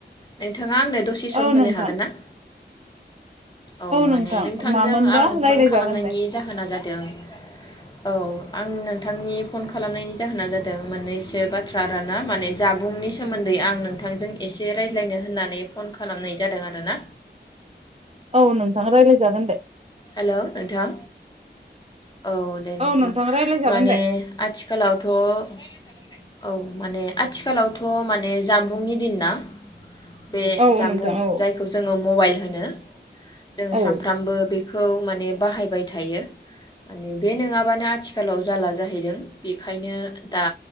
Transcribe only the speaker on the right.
औ
नोंथां
नोंथां
मामोनबा
रायज्लायजागोन
दे
औ नोंथाङा रायलायजागोन दे
औ रायज्लायजागोन
दे
औ औ
नोंथां औ
औ